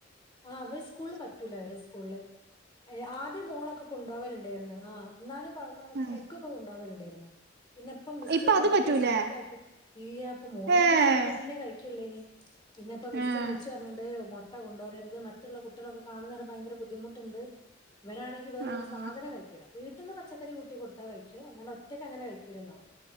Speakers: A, on the left (about 25°); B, on the right (about 55°).
A: ആഹ് ഇവര് സ്കൂളിൾ പറ്റൂല ഇവരെ സ് സ്കൂള് ഏഹ് ആദ്യം മോളൊക്കെ കൊണ്ടോവലുണ്ടായിരുന്നു ആഹ് ഇന്നാലും പാഗൗ
B: ആഹ്
A: എഗ്ഗ് ക്കെ കൊണ്ടകലുണ്ടായിരുന്നു പിന്നെ ഇപ്പം മിസ്സ്
B: ഇപ്പൊ
A: ഭയങ്കര
B: അതും പറ്റൂലേ
A: സ്ട്രിക്റ്റാ ക്കി ഇല്ല്യ ഇപ്പ മോനത്
B: ഏഹ്
A: കൂട്ടിട്ട്ന്നെ കഴിക്കുള്ളയിനി. പിന്നെപ്പ മിസ്
B: ഏഹ്
A: വിളിച്ചു പറഞ്ണ്ട് മൊ- ട്ട കൊണ്ടോവരരുത് മറ്റുള്ള കുട്ടികളൊക്കെ കാണുന്നേര ഭയങ്കര ബുദ്ധിമുട്ടുണ്ട്. ഇവനാണെങ്ക് നി വേറൊരു
B: ആഹ്
A: സാധനനം കഴിക്കൂല്ല വീട്ടീന്ന് പച്ചക്കറി കൂട്ടി കൊടുത്താൽ കഴിക്കും അങ്ങനെ ഒറ്റക്കങ്ങനെ കഴിക്കുല്ലല്ലോ